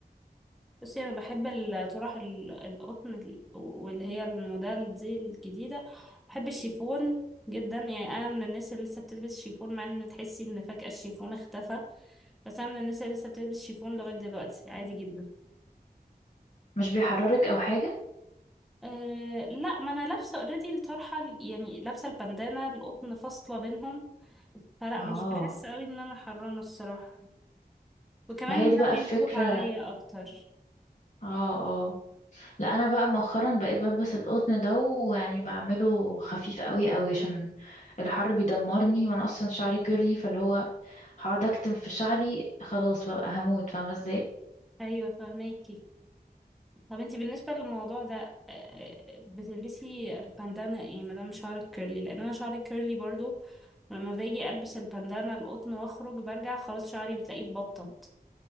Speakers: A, in the centre; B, on the left.
A: بصي انا بحب الطرح ال- القطن ال- واللي هي الموديل دي الجديدة بحب الشيفون جدا يعني انا من الناس اللي لسه بتلبس شيفون مع ان تحسي ان فجأة الشيفون اختفى بس انا من الناس اللي لسه بتلبس شيفون لغاية دلوقتي عادي جدا
B: مش بيحررك أو حاجة
A: أه لا ما انا لابسه اوريدي الطرحه ال- يعني لابسه البندانه القطن فاصله بينهم فلا
B: اه
A: مش بحس قوي ان انا حرانه الصراحه وكمان
B: ما هي دي
A: ده
B: بقى
A: بيظبط
B: الفكرة
A: عليا اكتر
B: اه اه لا أنا بقى مؤخرا بقيت بلبس القطن ده ويعني بعمله خفيف قوي قوي عشان الحر بيدمرني وأنا أصلا شعري كيرلي فاللي هو هقعد أكتم في شعري خلاص بقى هموت فاهمة ازاي
A: ايوه فهماكي طب انتي بالنسبه للموضوع ده أه آه، بتلبسي بندانه ايه ما دام شعرك كيرلي لان انا شعري كيرلي برضو لما باجي البس البندانه القطن واخرج برجع خلاص شعري بتلاقيه اتبطط